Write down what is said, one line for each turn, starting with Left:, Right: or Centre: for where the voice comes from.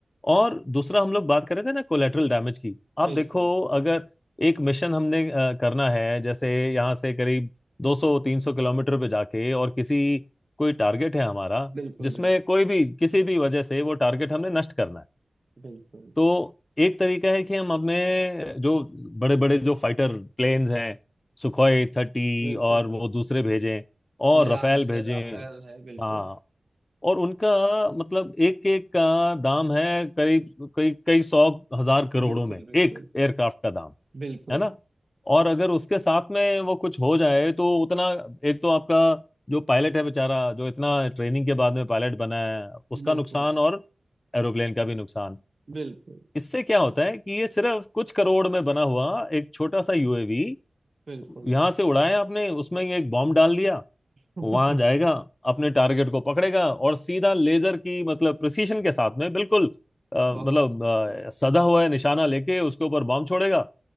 Left: और दूसरा हम लोग बात कर रहे थे ना कोलेटरल डैमेज की आप
Right: बिल्कुल
Left: देखो अगर एक मिशन हमने अ, करना है जैसे यहाँ से करीब 200-300 किलोमीटर पे जाके और किसी कोई टारगेट है हमारा
Right: बिल्कुल
Left: जिसमें
Right: बिल्कुल
Left: कोई भी किसी भी वजह से वो टारगेट हमने नष्ट करना है
Right: बिल्कुल
Left: तो एक तरीका है कि हम अपने जो बड़े बड़े जो फाइटर प्लेन्स हैं सुखोई थर्टी
Right: बिल्कुल
Left: और
Right: बिल्कुल
Left: वो दूसरे भेजें और
Right: मिराज
Left: रफेल भेजें
Right: है राफेल है बिल्कुल
Left: हाँ और उनका मतलब एक एक का दाम है करीब कई कई सौ हजार करोड़ों
Right: बिल्कुल
Left: में
Right: बिल्कुल
Left: एक एयरक्राफ्ट का दाम
Right: बिल्कुल
Left: है ना और अगर उसके साथ में वो कुछ हो जाए तो उतना एक तो आपका जो पायलट है बेचारा जो इतना ट्रेनिंग के बाद में पायलट बना है उसका
Right: बिल्कुल
Left: नुकसान और एरोप्लेन का भी नुकसान
Right: बिल्कुल
Left: इससे क्या होता है कि ये सिर्फ कुछ करोड़ में बना हुआ एक छोटा सा यूएवी
Right: बिल्कुल
Left: यहाँ से उड़ाया आपने उसमें ये एक बॉम्ब डाल दिया
Right: <laughs>
Left: वहां जाएगा अपने टारगेट को पकड़ेगा और सीधा लेजर की मतलब प्रिसीशन के साथ में बिल्कुल अ,
Right: बहुत
Left: मतलब
Right: सही
Left: अ, सधा हुआ है निशाना लेके उसके ऊपर बम छोड़ेगा